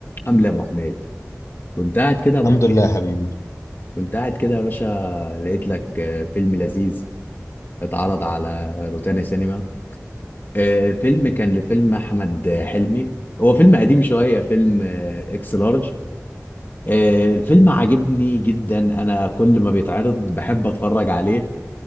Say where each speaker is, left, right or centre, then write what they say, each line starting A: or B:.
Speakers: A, on the left; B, on the left.
A: عامل ايه يا ابو حميد كنت قاعد كده يا ابو
B: الحمد
A: حميد
B: لله يا حبيبي
A: كنت قاعد كده يا باشا لقيت لك آه، فيلم لذيذ اتعرض على روتانا سينما آه، فيلم كان لفيلم احمد حلمي هو فيلم قديم شويه فيلم آه، اكس لارج آه، الفيلم عاجبني جدا انا كل ما بيتعرض بحب اتفرج عليه